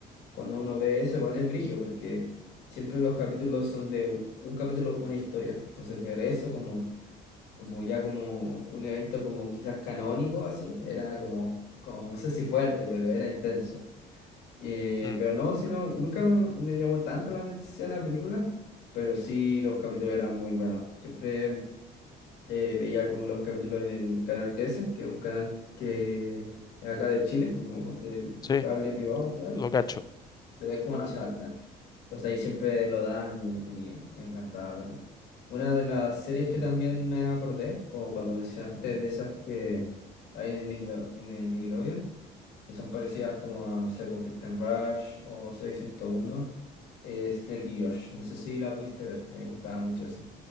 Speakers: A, on the left; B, on the left.
A: cuando uno ve eso igual es brigio, porque siempre los capítulos son de u- un capítulo, una historia. Entonces ver eso como, como ya como un evento como quizás canónico así, era como, como no sé si fuerte, pero era intenso. Eh,
B: Mm,
A: pero no, sino, nunca me llamó tanto la atención la película, pero sí los capítulos eran muy buenos. Siempre eh, veía como los capítulos en el canal 13, que es un canal que es acá de Chile, como del
B: sí,
A: cable privado al final,
B: lo cacho.
A: pero es como nacional. Entonces ahí siempre lo dan y me encantaba verlo. Una de las series que también me acordé, como cuando mencionaste de esas que hay en el Nickelode- en el Nickelodeon, que son parecidas como, no sé, pues Victim Rush o Soy 101, es Drake y Josh. No sé si la pudiste ver, a mí me gustaba mucho esa.